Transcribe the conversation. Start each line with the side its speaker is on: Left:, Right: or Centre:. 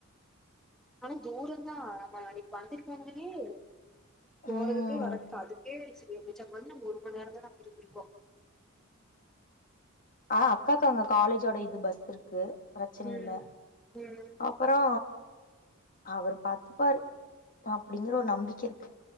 Centre: ஆனா தூர்தா நம்ம இன்னைக்கு வந்து போனதுலேயே போறதுக்கு
Left: ம்
Centre: வர்றதுக்கு அதுக்கே சரியாபோச்சு அங்கவந்து நம்ம ஒரு மணி நேரம் தா நம்ப இருந்துருப்போம்
Left: அ அக்காக்கு அங்க காலேஜோட இது பஸ் இருக்கு பிரச்சன
Centre: ம்
Left: இல்ல
Centre: ம்
Left: அப்பறோ அவரு பாத்துப்பாரு அப்டிங்கற ஒரு நம்பிக்கை இருக்கு